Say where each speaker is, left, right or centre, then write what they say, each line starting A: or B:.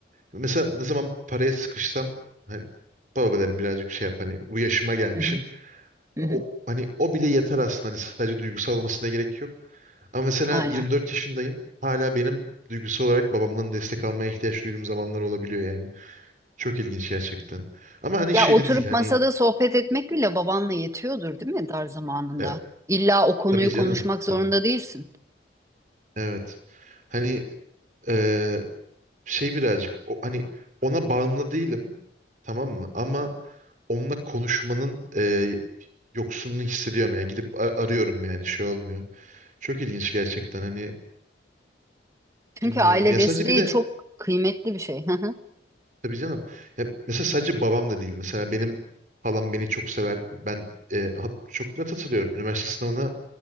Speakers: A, on the right; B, on the right.
A: mesela ne zaman paraya sıkışsam hani baba derim birazcık şey yap hani bu yaşıma gelmişim.
B: Hı hı, hı
A: O,
B: hı.
A: hani o bile yeter aslında. Hani sadece duygusal olmasına gerek yok. Ama mesela
B: Aynen.
A: 24 yaşındayım. Hala benim duygusal olarak babamdan destek almaya ihtiyaç duyduğum zamanlar olabiliyor yani. Çok ilginç gerçekten. Ama hani
B: Ya
A: şeyde
B: oturup
A: değil hani
B: masada sohbet etmek bile babanla yetiyordur değil mi dar zamanında?
A: e,
B: İlla o konuyu
A: tabii canım.
B: konuşmak zorunda
A: Tabii.
B: değilsin.
A: Evet. Hani e, şey birazcık o, hani ona bağımlı değilim. Tamam mı? Ama onunla konuşmanın e, yoksunluğu hissediyorum yani. Gidip a- arıyorum yani şey olmuyor. Çok ilginç gerçekten hani
B: Çünkü
A: bilmiyorum.
B: aile
A: Ya
B: desteği
A: sadece bir de
B: çok kıymetli bir şey. Hı hı,
A: Tabii canım. Ya mesela sadece babam da değil. Mesela benim halam beni çok sever. Ben e, ha- çok net hatırlıyorum. Üniversite sınavına